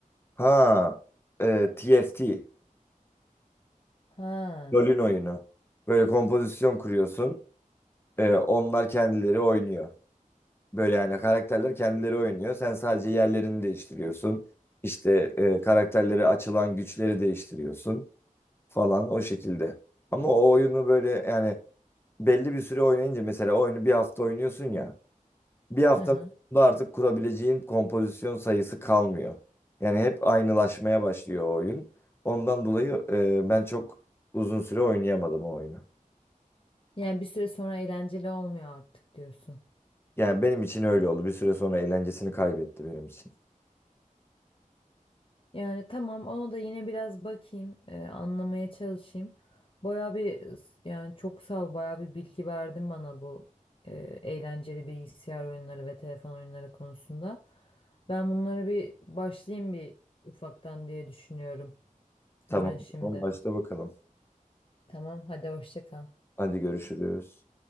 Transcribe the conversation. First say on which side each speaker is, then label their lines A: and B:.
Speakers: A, on the left; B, on the left.
A: Ha, e, TFT.
B: Ha.
A: LoL'ün oyunu. Böyle kompozisyon kuruyorsun. E, onlar kendileri oynuyor. Böyle yani karakterler kendileri oynuyor. Sen sadece yerlerini değiştiriyorsun. İşte e, karakterleri açılan güçleri değiştiriyorsun falan o şekilde. Ama o oyunu böyle yani belli bir süre oynayınca mesela oyunu bir hafta oynuyorsun ya. Bir haftanın
B: Hı hı.
A: sonunda artık kurabileceğin kompozisyon sayısı kalmıyor. Yani hep aynılaşmaya başlıyor o oyun. Ondan dolayı e, ben çok uzun süre oynayamadım o oyunu.
B: Yani bir süre sonra eğlenceli olmuyor artık diyorsun.
A: Yani benim için öyle oldu. Bir süre sonra eğlencesini kaybetti benim için.
B: Yani tamam ona da yine biraz bakayım, e, anlamaya çalışayım. Baya bir e, s- yani çok sağ ol, baya bir bilgi verdin bana bu e, eğlenceli bilgisayar oyunları ve telefon oyunları konusunda. Ben bunlara bir başlayayım bir ufaktan diye düşünüyorum.
A: Tamam.
B: Hemen şimdi.
A: Tamam başla bakalım.
B: Tamam, hadi hoşça kal.
A: Hadi görüşürüz.